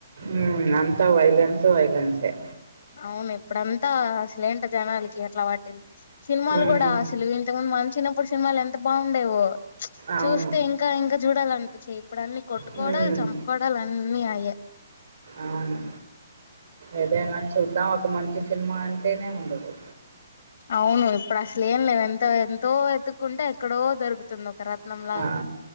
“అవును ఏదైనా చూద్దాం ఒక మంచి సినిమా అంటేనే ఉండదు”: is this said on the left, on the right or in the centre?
Right